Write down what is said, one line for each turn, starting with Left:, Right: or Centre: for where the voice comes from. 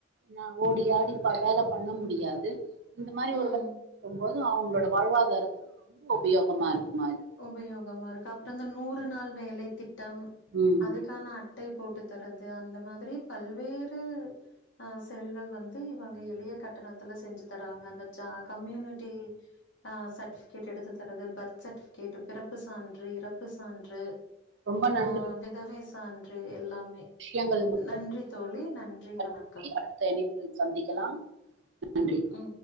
Right: ந ஓடி ஆடி பா வேல பண்ண முடியாது இந்த மாரி
Left: ம்
Right: ஒரு <inaudible> இருக்கும்போது அவங்களோட வாழ்வாதாரத்துக்கு ரொம்ப உபயோகமா இருக்குமா இது
Left: உபயோகமா இருக்கு அப்ரோ இந்த நூறு நாள் வேலை திட்டம்
Right: ம்
Left: அதுக்கான அட்டை போட்டு தரது அந்த மாதிரி பல்வேறு ஆ செயல்கள் வந்து இவங்க எளிய கட்டணத்துல செஞ்சு தராங்க கம்யூனிட்டி அ சர்டிபிகேட் எடுத்து தரது பர்த் சர்டி கேட்டு பிறப்பு சான்று இறப்பு சான்று
Right: ரொம்ப நன்றி
Left: ஆ விதவை சான்று எல்லாமே
Right: விஷயங்கள் உங்ககிட்ட
Left: நன்றி தோழி நன்றி
Right: பகிர்ந்ததுக்கு.
Left: வணக்கம்
Right: அடுத்த இணைப்பில் சந்திக்கலாம் நன்றி
Left: ம்